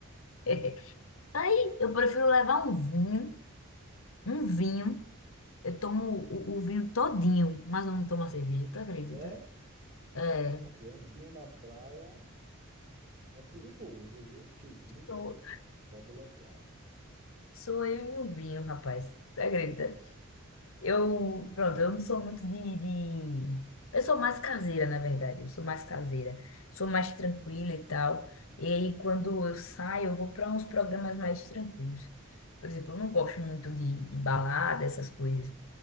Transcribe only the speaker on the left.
<laughs> Aí eu prefiro levar um vinho, um vinho. Eu tomo o, o vinho todinho, mas eu não tomo a cerveja, tu acredita?
É,
sou,
sou eu e o vinho, rapaz. Tu acredita? Eu, pronto, eu não sou muito de, de... Eu sou mais caseira, na verdade. Eu sou mais caseira. Sou mais tranquila e tal. E aí, quando eu saio, eu vou para uns programas mais tranquilos. Por exemplo, eu não gosto muito de, de balada, essas coisas.